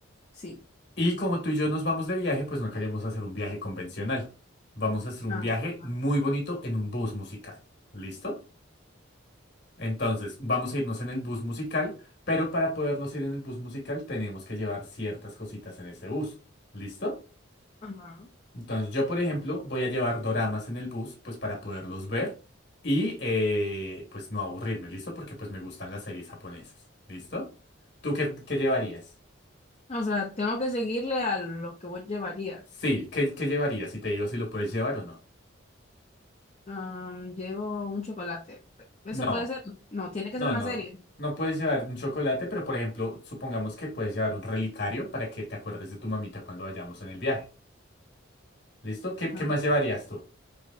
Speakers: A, on the left (about 30°); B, on the left (about 55°).
A: sí.
B: Y como tú y yo nos vamos de viaje, pues no queremos hacer un viaje convencional. Vamos a hacer un
A: Ah,
B: viaje
A: ajá.
B: muy bonito en un bus musical. ¿Listo? Entonces, vamos a irnos en el bus musical, pero para podernos ir en el bus musical tenemos que llevar ciertas cositas en ese bus. ¿Listo?
A: ajá.
B: Entonces, yo, por ejemplo, voy a llevar doramas en el bus, pues para poderlos ver y eh, pues no aburrirme, ¿listo? Porque pues me gustan las series japonesas. ¿Listo? ¿Tú qué, qué llevarías?
A: O sea, tengo que seguirle a lo que vos llevarías.
B: Sí, ¿qué, qué llevarías? Y te digo si lo puedes llevar o no.
A: Am, llevo un chocolate. ¿Eso
B: No.
A: puede ser? No, tiene que
B: No,
A: ser una
B: no.
A: serie.
B: No puedes llevar un chocolate, pero por ejemplo, supongamos que puedes llevar un relicario para que te acuerdes de tu mamita cuando vayamos en el viaje. ¿Listo? ¿Qué,
A: Ajá.
B: qué más llevarías tú?